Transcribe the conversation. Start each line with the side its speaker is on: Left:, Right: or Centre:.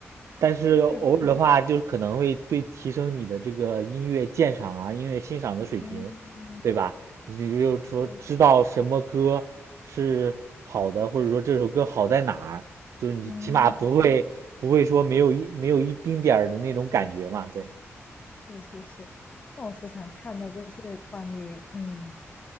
Right: 但是偶尔的话，
Left: 对，
Right: 就是可能会对提升你的这个音乐鉴赏啊、音乐欣赏的水平，
Left: 嗯，
Right: 对吧？你就就是说知道什么歌是好的，
Left: 是，
Right: 或者说这首歌好在哪儿，就是你起码不会不会说没有一没有一丁点儿的那种感觉嘛，
Left: 嗯，
Right: 对。
Left: 是是是。那我时常看的就是关于嗯，